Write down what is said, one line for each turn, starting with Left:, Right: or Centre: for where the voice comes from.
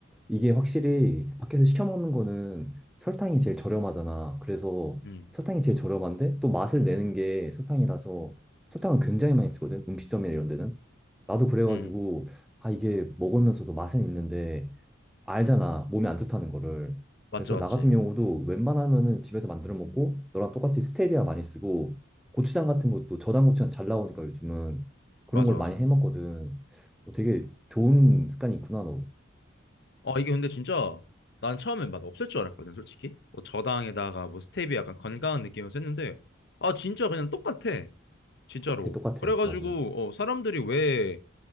Centre: 이게 확실히 밖에서 시켜 먹는 거는 설탕이 제일 저렴하잖아. 그래서
Left: 음,
Centre: 설탕이 제일 저렴한데 또 맛을 내는 게 설탕이라서 설탕을 굉장히 많이 쓰거든. 음식점이나 이런 데는. 나도 그래가지고
Left: 음,
Centre: 아 이게 먹으면서도 맛은 있는데 알잖아. 몸에 안 좋다는 거를.
Left: 맞지,
Centre: 그래서
Left: 맞지,
Centre: 나 같은 경우도 웬만하면은 집에서 만들어 먹고 너랑 똑같이 스테비아 많이 쓰고 고추장 같은 것도 저당 고추장 잘 나오니까 요즘은 그런
Left: 맞아,
Centre: 걸
Left: 맞아.
Centre: 많이 해 먹거든. 어, 되게 좋은 습관이 있구나 너.
Left: 아 이게 근데 진짜 난 처음에 맛 없을 줄 알았거든, 솔직히. 뭐 저당에다가 뭐 스테비아 약간 건강한 느낌으로 했는데 아 진짜 그냥 똑같아. 진짜로.
Centre: 똑같아
Left: 그래가지고
Centre: 똑같아 맞아.
Left: 어, 사람들이 왜